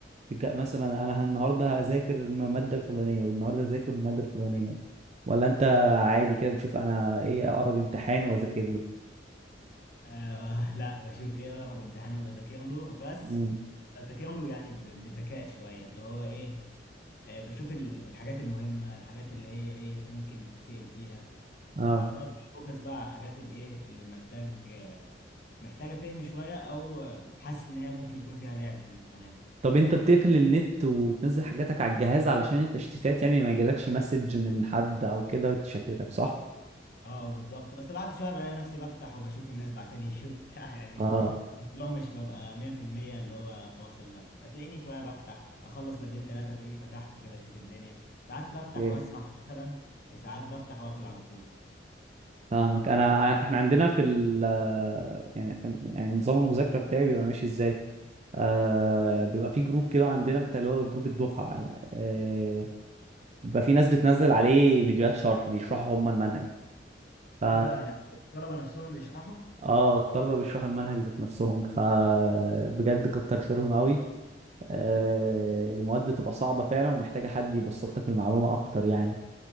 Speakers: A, on the right; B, on the left.
A: جا- مثلا انا النهارده هذاكر المادة الفلانية والنهارده هذاكر المادة الفلانية ولا انت عادي كده بتشوف انا ايه اقرب امتحان واذاكر
B: آه <laughs> لا بشوف ايه اقرب امتحان وبذاكر له بس
A: له
B: بذاكر له يعني ب- بذكاء شويه اللي هو ايه آه بشوف ال- الحاجات المهمه الحاجات اللي هي ايه ممكن تتسال فيها
A: اه
B: فببدأ فوكس بقى على الحاجات الايه اللي محتاج محتاجة فهم شوية او حاسس ان هي ممكن يكون فيها لعب في الامتحانات
A: طب انت بتقفل النت وتنزل حاجاتك على الجهاز علشان التشتيتات يعني ما يجيلكش مسج من حد او كده تشتتك صح؟
B: اه بالظبط بس بعد شوية بلاقي نفسي بفتح وبشوف الناس بعتلي ايه <laughs> وبتاع يعني مش
A: اه
B: الموضوع مش ببقى 100% اللي هو فاصل لا تلاقيني شوية بفتح اخلص لابين تلاتة تلاقيني فتحت كده اشوف الدنيا ساعات بفتح
A: مم.
B: واسرح مثلا وساعات بفتح واقفل على طول
A: فاهمك انا احنا عندنا في ال يعني يعني نظام المذاكره بتاعي بيبقى ماشي ازاي آه بيبقى في جروب كده عندنا بتاع اللي هو جروب الدفعه آه بيبقى في ناس بتنزل عليه فيديوهات شرح بيشرحوا هم المنهج ف
B: ايه ده يعني الطلبة نفسهم بيشرحوا
A: اه الطلبه بيشرحوا المنهج ذات نفسهم فبجد كتر خيرهم قوي آه، المواد بتبقى صعبة فعلا ومحتاجة حد يبسط لك المعلومة أكتر يعني